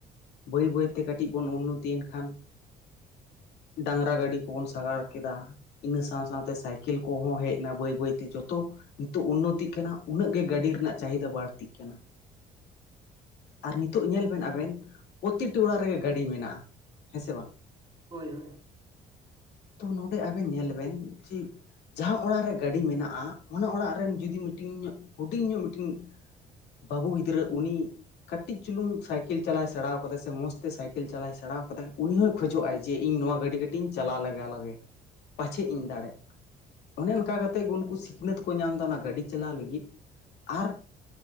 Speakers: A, on the left; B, on the right.
A: ᱵᱟᱹᱭ ᱵᱟᱹᱭ ᱛᱮ ᱠᱟᱹᱴᱤᱡ ᱵᱚᱱ ᱩᱱᱱᱚᱛᱤᱭ ᱮᱱ ᱠᱷᱟᱱ ᱰᱟᱝᱨᱟ ᱜᱟᱹᱰᱤ ᱠᱚᱵᱚᱱ ᱥᱟᱜᱟᱲ ᱠᱮᱫᱟ ᱾ ᱤᱱᱟᱹ ᱥᱟᱶ ᱥᱟᱶᱛᱮ ᱥᱟᱭᱠᱮᱞ ᱠᱚᱦᱚᱸ ᱦᱮᱡ ᱮᱱᱟ ᱵᱟᱹᱭ ᱵᱟᱹᱭᱛᱮ ᱡᱚᱛᱚ ᱱᱤᱛᱚᱜ ᱩᱱᱱᱚᱛᱤᱜ ᱠᱟᱱᱟ ᱩᱱᱟᱹᱜ ᱜᱮ ᱜᱟᱹᱰᱤ ᱨᱮᱱᱟᱜ ᱪᱟᱦᱤᱫᱟ ᱵᱟᱹᱲᱛᱤᱜ ᱠᱟᱱᱟ
B: <inaudible>
A: ᱟᱨ ᱱᱤᱛᱚᱜ ᱧᱮᱞ ᱵᱮᱱ ᱟᱵᱮᱱ ᱯᱨᱚᱛᱤᱴᱤ ᱚᱲᱟᱜ ᱨᱮᱜᱮ ᱜᱟᱹᱰᱤ ᱢᱮᱱᱟᱜᱼᱟ ᱦᱮᱸ ᱥᱮ ᱵᱟᱝ
B: ᱦᱳᱭ ᱦᱳᱭ
A: ᱛᱚ ᱱᱚᱰᱮ ᱟᱵᱮᱱ ᱧᱮᱞ ᱵᱮᱱ ᱡᱮ ᱡᱟᱦᱟᱸ ᱚᱲᱟᱜ ᱨᱮ ᱜᱟᱹᱰᱤ ᱢᱮᱱᱟᱜᱼᱟ ᱚᱱᱟ ᱚᱲᱟᱜ ᱨᱮᱱ ᱡᱩᱫᱤ ᱢᱤᱫᱴᱤᱱ ᱧᱚᱜ ᱦᱩᱰᱤᱧ ᱧᱚᱜ ᱢᱤᱫᱴᱤᱱ ᱵᱟᱹᱵᱩ ᱜᱤᱫᱽᱨᱟᱹ ᱩᱱᱤ ᱠᱟᱹᱴᱤᱡ ᱪᱩᱞᱩᱝ ᱥᱟᱭᱠᱮᱞ ᱪᱟᱞᱟᱟᱭ ᱥᱮᱬᱟ ᱠᱟᱫᱟᱭ ᱥᱮ ᱢᱚᱸᱡᱽ ᱛᱮ ᱥᱟᱭᱠᱮᱞ ᱪᱟᱟᱞᱟᱭ ᱥᱮᱬᱟ ᱠᱟᱫᱟᱭ ᱩᱱᱤ ᱦᱚᱸᱭ ᱠᱷᱚᱡᱚᱜ ᱟᱭ ᱡᱮ ᱤᱧ ᱱᱚᱣᱟ ᱜᱟᱹᱰᱤ ᱠᱟᱹᱴᱤᱡ ᱤᱧ ᱪᱟᱞᱟᱣ ᱞᱮᱟᱜᱟ ᱞᱟᱜᱮ ᱯᱟᱪᱷᱮᱜ ᱤᱧ ᱫᱟᱲᱮᱜ ᱚᱱᱮ ᱚᱱᱠᱟ ᱠᱟᱛᱮᱫ ᱜᱮ ᱩᱱᱠᱩ ᱥᱤᱠᱷᱱᱟᱹᱛ ᱠᱚ ᱧᱟᱢ ᱮᱫᱟ ᱚᱱᱟ ᱜᱟᱹᱰᱤ ᱪᱟᱞᱟᱣ ᱞᱟᱹᱜᱤᱫ ᱟᱨ